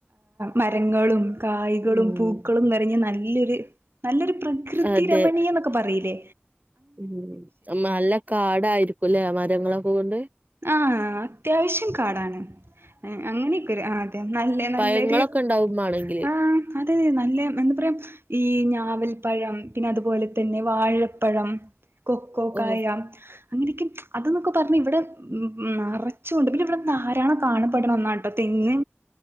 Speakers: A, on the right (about 65°); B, on the right (about 40°).
A: മരങ്ങളും, കായ്കളും
B: ഉം
A: പൂക്കളും നിറഞ്ഞ നല്ലൊരു നല്ലൊരു പ്രകൃതി
B: അതെ
A: രമണീയ പറീലെ,
B: ഉം, നല്ല കാടായിരിക്കുംലെ മരങ്ങളൊക്ക കൊണ്ട്,
A: ആഹ് അത്യാവശ്യം കാടാണ്, അങ്ങനെയൊക്കൊരു ആഹ് അതെ നല്ല നല്ലൊര്
B: പഴങ്ങളൊക്കെ ഉണ്ടാവും മാണെങ്കില്
A: ആഹ്, അതെ നല്ല എന്താ പറയ ഈ ഞാവൽ പഴം, പിന്നെ അതുപോലെ, തന്നെ വാഴപ്പഴം, കൊക്കോ
B: ഓ
A: കായ അങ്ങനെയൊക്കെ അത്ന്നൊക്ക പറ്ഞ്ഞ ഇവടെ, ഉം നറച്ചുണ്ട്, പിന്നെ ഇവടെ ധാരാളം കാണപ്പെട്ണ ഒന്നാൺട്ടൊ തെങ്ങ്,